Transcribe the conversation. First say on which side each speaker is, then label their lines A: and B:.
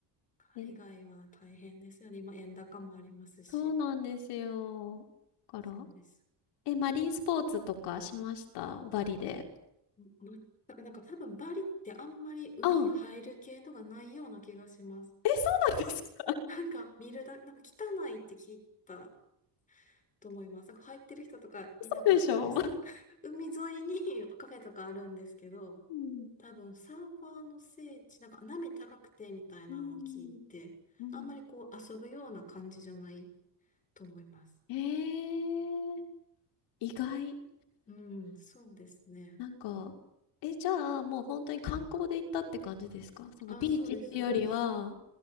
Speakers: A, on the left; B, on the left.
A: 海外は大変ですよね。
B: え
A: 今、円高もありますし。
B: そうなんですよ。だから、
A: そうです。
B: え、マリンスポーツとかしましたバリで。
A: ま全く、なんか多分バリってあんまり海入る系のがないような気がします。
B: うん。え、そうなんですか
A: なんか見るだ、なんか汚いって聞いたと思います。なんか入ってる人とかいなかったです。
B: 嘘でしょ
A: <laughs> 海沿いに <laughs> カフェとかあるんですけど、
B: うん。
A: 多分サーファーの聖地、なんか波高くてみたいなのを聞いて、
B: うん。うん。
A: あんまりこう遊ぶような感じじゃないと思います。
B: ええ意外。
A: うん、そうですね。
B: なんか、え、じゃあ、もう本当に観光で行ったって感じですかそのビーチっていうよりは、
A: あ、そうです、そうです。
B: なん